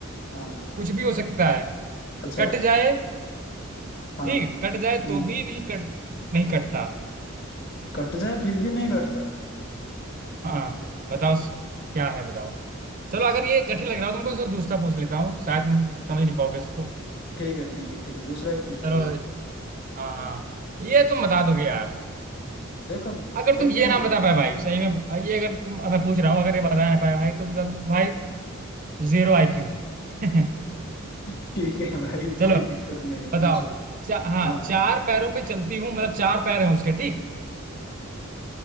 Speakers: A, on the left; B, on the right.
A: हाँ
B: कुछ भी हो सकता है
A: अच्छा
B: कट जाए
A: हाँ
B: ठीक कट जाए
A: हम्म
B: तो भी नहीं कट नहीं कटता
A: कट जाए फिर भी नहीं कटता
B: हाँ बताओ क्या है बताओ चलो अगर ये कठिन लग रहा हो तुमको तो दूसरा पूछ लेता हूँ शायद तुम समझ नहीं पाओगे इसको
A: ठीक है ठीक है ठीक है दूसरा ही पूछ
B: चलो
A: लो भाई
B: हाँ हाँ ये तुम बता दोगे यार
A: देखो
B: अगर
A: देखते
B: तुम ये
A: हैं
B: ना बता पाए भाई सही में ये अगर तुम अब मैं पूछ रहा हूँ अगर ये बता ना पाए भाई तो जल भाई Zero IQ <laughs>
A: <laughs> ठीक है भाई
B: चलो
A: कोई दिक्कत नहीं है
B: बताओ
A: पूछो
B: चा, हाँ
A: हाँ
B: चार पैरों पे चलती हूँ मतलब चार पैर हैं उसके ठीक